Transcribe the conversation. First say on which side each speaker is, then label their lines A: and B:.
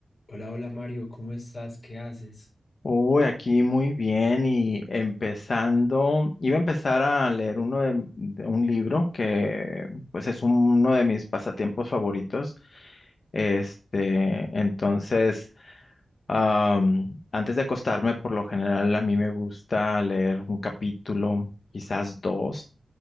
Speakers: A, on the left (about 45°); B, on the left (about 60°).
A: Hola, hola Mario, ¿cómo estás? ¿Qué haces?
B: Uy, aquí muy bien y empezando, iba a empezar a leer uno de, de un libro que pues es uno de mis pasatiempos favoritos. Este, entonces, am, antes de acostarme, por lo general a mí me gusta leer un capítulo, quizás dos.